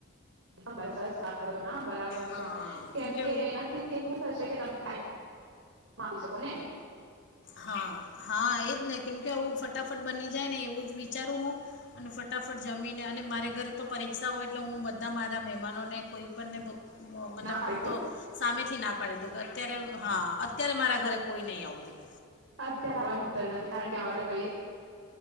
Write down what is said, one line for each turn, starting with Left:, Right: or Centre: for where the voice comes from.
Right: <unintelligible> સરસ વાત કરો તમે હા બરાબર
Left: હા
Right: છે કેમ
Left: કેમકે
Right: કે એનાથી હું થશે કે તમે ટાઈમ માંગી શકો ને.
Left: હા હા એ જ ને કેમ કે આવું ફટાફટ બની જાય ને એવું જ વિચારું હું અને ફટાફટ જમીને અને મારે ઘરે તો પરીક્ષા હોય એટલે હું બધા મારા મે માનોને કોઈ પણ ને કોઉ મો મતલબ
Right: ના પાડી
Left: હું તો
Right: દો
Left: સામેથી ના પાડી ડોઉ કે અત્યારે હા અત્યારે મારા ઘરે કોઈ નહીં આવતું.
Right: અત્યારે આવવાની જરૂર નથી કારણ કે અમારે ભાઈ